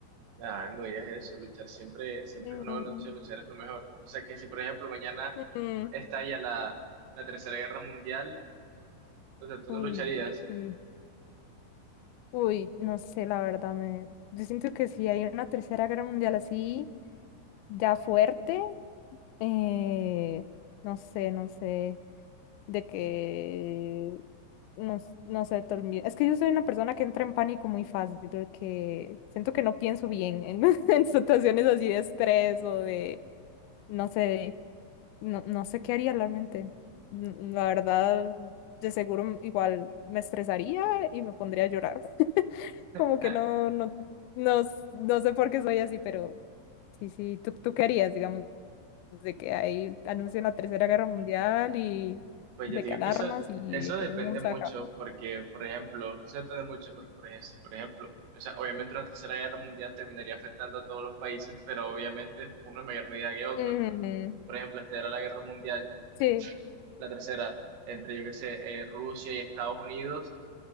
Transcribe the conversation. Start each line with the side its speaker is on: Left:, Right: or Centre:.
Right: Ah, no digas eso, luchar siempre, siempre
Left: Mm,
Right: es una buena noche, luchar es lo mejor. O sea que si, por ejemplo, mañana
Left: mm,
Right: estalla la, la Tercera Guerra Mundial, o sea, tú
Left: uy,
Right: no lucharías.
Left: sí, uy, no sé, la verdad, me, yo siento que si hay una tercera guerra mundial así, ya fuerte, eh, no sé, no sé. de que no, s- no sé, te olvi- Es que yo soy una persona que entra en pánico muy fácil, de que siento que no pienso bien en, <laughs> en situaciones así de estrés o de, no sé, de- no, no sé qué haría realmente. N- La verdad, de seguro m- igual me estresaría y me pondría a llorar. <laughs> Como
Right: <laughs>
Left: que no, no, no, s- no sé por qué soy así, pero sí, sí, tú, tú querías, digamos de que ahí anuncian la Tercera Guerra Mundial y
Right: Pues
Left: de
Right: yo digo
Left: que alarmas
Right: que eso,
Left: y
Right: eso
Left: de que
Right: depende
Left: el mundo
Right: mucho
Left: se va a acabar.
Right: porque, por ejemplo, eso depende mucho porque, por ejemplo, si, por ejemplo, o sea, obviamente una tercera guerra mundial terminaría afectando a todos los países, pero obviamente uno en mayor medida que otros.
Left: Mm,
Right: Si, Por ejemplo, esta era la guerra mundial,
Left: Sí,
Right: la tercera, entre, yo qué sé, eh, Rusia y Estados Unidos,